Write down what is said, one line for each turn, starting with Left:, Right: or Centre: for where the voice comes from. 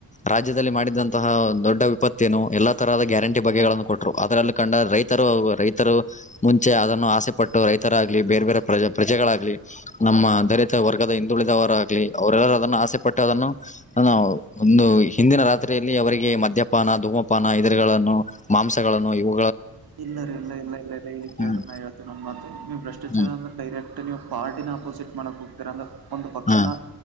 Left: ರಾಜ್ಯದಲ್ಲಿ ಮಾಡಿದಂತಹ ದೊಡ್ಡ ವಿಪತ್ತೇನು ಎಲ್ಲಾ ತರದ ಗ್ಯಾರಂಟಿ ಬಗೆಗಳನ್ನು ಕೊ ಟ್ರು ಅದರಲ್ಲಿ ಕಂಡ ರೈತರು ರೈತರು ಮುಂಚೆ ಅದನ್ನು ಆಸೆ ಪಟ್ಟು ರೈತರಾಗ್ಲಿ ಬೇರೆ ಬೇರೆ ಪ್ರಜೆ ಪ್ರ ಪ್ರಜೆಗಳಾಗ್ಲಿ ನಮ್ಮ ದರಿತ ವರ್ಗದ ಹಿಂದುಳಿದವರಾಗಲಿ ಅವರೆಲ್ಲರೂ ಅದನ್ನು ಆಸೆ ಪಟ್ಟು ಅದನ್ನು ನ ಒಂದು ಹಿಂದಿನ ರಾತ್ರಿಯಲ್ಲಿ ಅವರಿಗೆ ಮದ್ಯಪಾನ ಧೂಮಪಾನ ಇದರುಗಳನ್ನು ಮಾಂಸಗಳನ್ನು ಇವು
Right: ಇಲ್ಲರಿ ಇಲ್ಲ ಇಲ್ಲ ಇಲ್ಲ ಇಲ್ಲ ಕೇಳಡ್ರಿ
Left: ಹ್ಮ್
Right: ಹೇಳ್ತೀನಿ ಒಂದ್ ಮಾತು ನೀವು ಭ್ರಷ್ಟಾಚಾರ
Left: ಹ್ಮ್
Right: ಅಂದ್ರೆ ಡೈರೆಕ್ಟ್ ನೀವು ಪಾ ಪಾರ್ಟಿನ ಅಪೋಸಿಟ್ ಮಾಡಕ್ ಹೋಗತೀರಾ ಅಂದ್ರೆ ಒಂದು ಪಕ್ಷನ
Left: ಹಾ